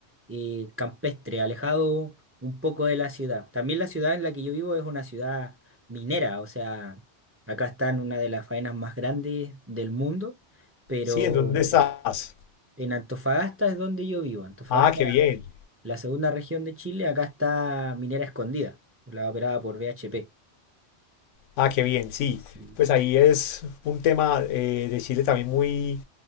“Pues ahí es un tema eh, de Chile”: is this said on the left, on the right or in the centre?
Left